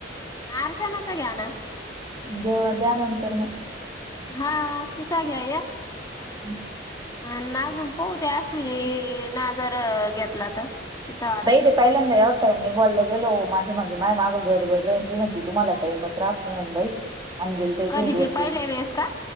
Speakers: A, on the left; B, on the right.
A: अर्चनाचा घ्या ना.
B: देव द्यानंतर मग.
A: हा ति जाग्या या
B: हम्म.
A: अ नाजून पहते अश्विनी नाजर घेतला तर? तिचा वाला
B: बैरे पहिल्यांदा यवट टाईम ला गेलो माझे माणजे माय मागं घरबर राेन ती म्हणती तुम्हाला टामच राहत नाही म्हण बाई अंजली ताई
A: कधी
B: तुम्ही दोन-तीन
A: ते पहिल्या वेळेस का